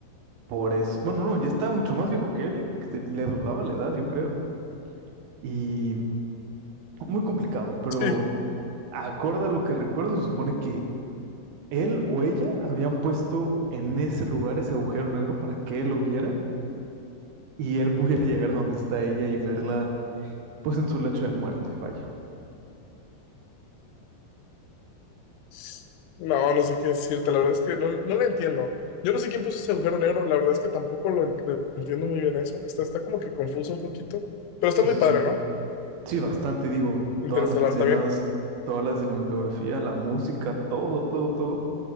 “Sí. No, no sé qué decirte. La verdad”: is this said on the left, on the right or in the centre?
Left